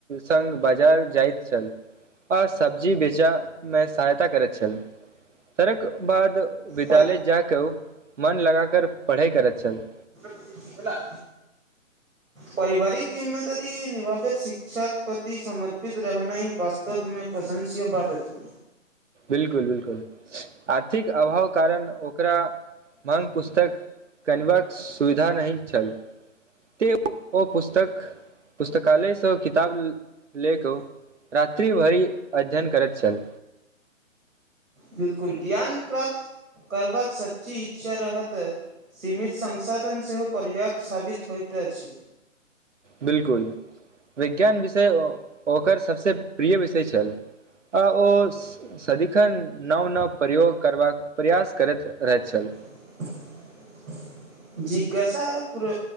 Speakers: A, on the right; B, on the right.
A: संग बाजार जाइत छल आ सब्जी बेचामे सहायता करैत छल तरक बाद बिदालय
B: पर
A: जा क उ मन लगा कर पढ़ाइ करैत छल
B: ल परिवारिक जिम्मेदारी निभावैत शिक्षाक प्रति समर्पित रहनाइ वास्तवमे पसन्द छिय बात अथी
A: बिलकुल बिलकुल आर्थिक अभाव कारण ओकरा माँग पुस्तक केनबाक सुविधा नहि छल ते ओ पुस्तक पुस्तकालय सँ किताब ले कऽ उ रात्रि भरि अध्ययन करत छल
B: बिलकुल ज्ञान प्राप्त करबाक सच्ची इच्छा रहत सीमित संसाधन सेहो पर्याप्त साबित होइत अछि
A: बिलकुल विज्ञान विषय ओकर सभसँ प्रिय विषय छल आ ओ सदिखन नव नव प्रयोग करबाक प्रयास करैत रहैत छल
B: <unintelligible> जिज्ञासा प्र